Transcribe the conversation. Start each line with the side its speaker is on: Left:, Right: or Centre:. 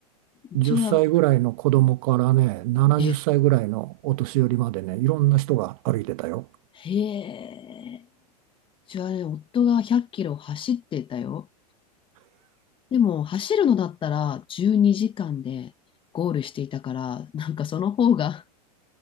Left: うちは、
Right: 10歳ぐらいの子供からね、70歳ぐらいのお年寄りまでね、
Left: え、
Right: いろんな人が歩いてたよ。
Left: へえ。うちはね、夫が100キロ走ってたよ。でも、走るのだったら12時間でゴールしていたから、なんかその方が、